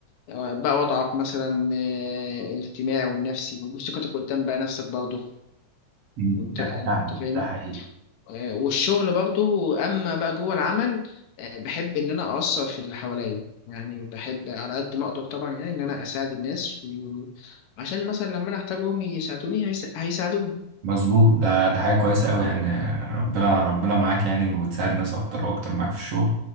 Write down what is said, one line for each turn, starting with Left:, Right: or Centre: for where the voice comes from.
Left: آه، بقى وضعك مثلا آه، الاجتماعي والنفسي وثقتك قدام بقى نفسك برضه
Right: مم.
Left: انت
Right: ده
Left: انت
Right: ده
Left: فاهمني
Right: ده حقيقي
Left: آه، والشغل برضو اما بقى جوه العمل آه، بحب ان انا اثر في اللي حواليا يعني بحب على قد ما اقدر طبعا يعني ان انا اساعد الناس في... عشان مثلا لما انا احتاجهم يساعدوني هيس... هيساعدوني
Right: مظبوط ده ده حاجة كويسة أوي يعني ربنا ربنا معاك يعني وتساعد ناس أكتر وأكتر معاك في الشغل